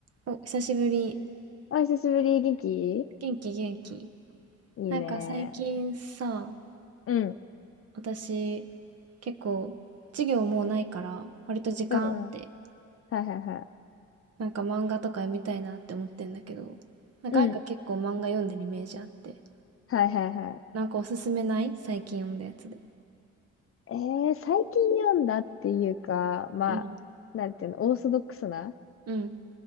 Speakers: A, on the right; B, on the left.
A: お、久しぶり。
B: あ、久しぶり、元気い
A: 元気元気。
B: いね。
A: なんか最近さ、
B: うん、
A: 私結構授業もうないから割と時間あって、
B: うん、うん。はいはいは
A: なんか漫画とか読みたいなって思ってんだけど、なんか愛花結構漫画読んでるイメージあって、
B: い。うん、はいはいは
A: なんかおすすめない最近読んだやつで。
B: い。えー、最近読んだっていうか、まあ、
A: うん。
B: なんていうの、オーソドックスな
A: うん。